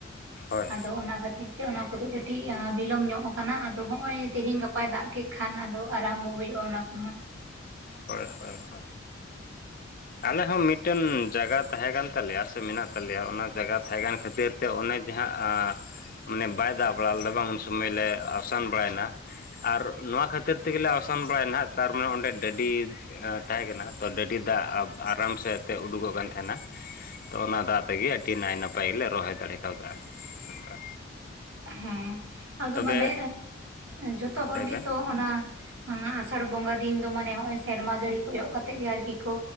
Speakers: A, on the left (about 45°); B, on the right (about 85°).
A: ᱦᱳᱭ
B: ᱟᱫᱚ ᱚᱱᱟ ᱠᱷᱟᱹᱛᱤᱨ ᱛᱮ ᱚᱱᱟ ᱠᱚᱫᱚ ᱠᱟᱹᱴᱤᱡ ᱵᱤᱞᱚᱢ ᱧᱚᱜ ᱟᱠᱟᱱᱟ ᱟᱫᱚ ᱦᱚᱸᱜ ᱚᱭ ᱛᱮᱦᱮᱧ ᱜᱟᱯᱟᱭ ᱫᱟᱜ ᱠᱮᱫ ᱠᱷᱟᱱ ᱟᱫᱚ ᱟᱨᱟᱢᱵᱚ ᱦᱩᱭᱩᱜᱼᱟ ᱚᱱᱟ ᱠᱚᱦᱚᱸ
A: ᱦᱳᱭ ᱦᱳᱭ ᱦᱳᱭ ᱟᱞᱮ ᱦᱚᱸ ᱢᱤᱫᱴᱮᱱ ᱡᱟᱭᱜᱟ ᱛᱟᱦᱮᱸ ᱠᱟᱱ ᱛᱟᱞᱮᱭᱟ ᱥᱮ ᱢᱮᱱᱟᱜ ᱛᱟᱞᱮᱭᱟ ᱚᱱᱟ ᱡᱟᱭᱜᱟ ᱛᱟᱦᱮᱸ ᱠᱟᱱ ᱠᱷᱟᱹᱛᱤᱨ ᱛᱮ ᱚᱱᱮ ᱡᱮᱦᱟᱸᱜ ᱢᱟᱱᱮ ᱵᱟᱭ ᱫᱟᱜ ᱵᱟᱲᱟ ᱞᱮᱫᱟ ᱵᱟᱝ ᱩᱱ ᱥᱚᱢᱚᱭ ᱞᱮ ᱟᱥᱟᱱ ᱵᱟᱲᱟᱭᱮᱱᱟ ᱟᱨ ᱱᱚᱣᱟ ᱠᱷᱟᱹᱛᱤᱨ ᱛᱮᱜᱮᱞᱮ ᱚᱣᱥᱟᱱ ᱵᱟᱲᱟᱭᱱᱟ ᱱᱟᱦᱟᱜ ᱛᱟᱨᱢᱟᱱᱮ ᱚᱸᱰᱮ ᱰᱟᱹᱰᱤ ᱛᱟᱦᱮᱸ ᱠᱟᱱᱟ ᱛᱚ ᱰᱟᱹᱰᱤ ᱫᱟᱜ ᱟᱨᱟᱢ ᱥᱮᱫ ᱮᱱᱛᱮ ᱩᱰᱩᱠᱚᱜ ᱠᱟᱱ ᱛᱟᱦᱮᱱᱟ ᱛᱚ ᱚᱱᱟ ᱫᱟᱜ ᱛᱮᱜᱮ ᱟᱹᱰᱤ ᱱᱟᱭ ᱱᱟᱯᱟᱭ ᱜᱮᱞᱮ ᱨᱚᱦᱚᱭ ᱫᱟᱲᱮ ᱠᱟᱣᱫᱟ ᱱᱚᱝᱠᱟ
B: ᱦᱮᱸ ᱟᱫᱚ
A: ᱛᱚᱵᱮ
B: ᱢᱟᱱᱮ ᱡᱚᱛᱚ
A: ᱦᱮᱸ
B: ᱦᱚᱲ
A: ᱞᱟᱹᱭ
B: ᱜᱮᱛᱚ
A: ᱵᱮᱱ
B: ᱚᱱᱟ ᱟᱥᱟᱲ ᱵᱚᱸᱜᱟ ᱫᱤᱱ ᱫᱚ ᱢᱟᱱᱮ ᱱᱚᱜ ᱚᱭ ᱥᱮᱨᱢᱟ ᱡᱟᱹᱲᱤ ᱠᱚᱭᱚᱜ ᱠᱟᱛᱮᱜ ᱜᱮ ᱟᱨᱠᱤ ᱠᱚ